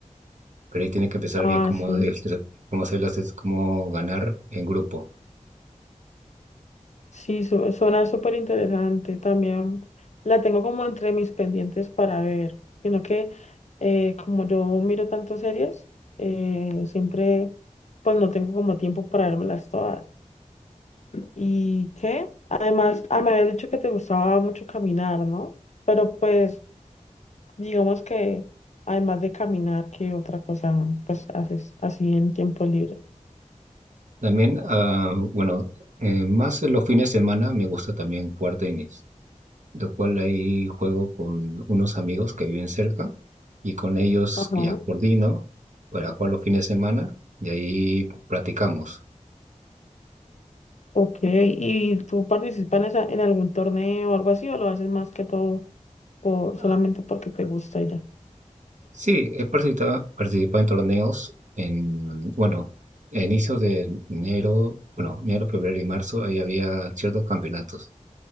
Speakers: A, on the right; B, on the left.
A: Pero ahí tiene que empezar
B: Ah,
A: bien cómo,
B: sí.
A: es- cómo hacer las, cómo ganar en grupo.
B: Sí, su- suena súper interesante. También la tengo como entre mis pendientes para ver, sino que eh, como yo miro tantas series, eh, siempre pues no tengo como tiempo para vérmelas todas. ¿Y qué? Además, ah, me habías dicho que te gustaba mucho caminar, ¿no? Pero pues digamos que además de caminar, ¿qué otra cosa pues haces así en tiempo libre?
A: También, ah, bueno, eh, más en los fines de semana me gusta también jugar tenis, lo cual ahí juego con unos amigos que viven cerca y con ellos
B: Ajá.
A: ya coordino para jugar los fines de semana y ahí practicamos.
B: Ok, ¿y tú participas en, esa- en algún torneo o algo así o lo haces más que todo por,
A: Ah,
B: solamente porque te gusta y ya?
A: Sí, he participado, participado en torneos en, bueno, a inicios de enero, bueno, enero, febrero y marzo, ahí había ciertos campeonatos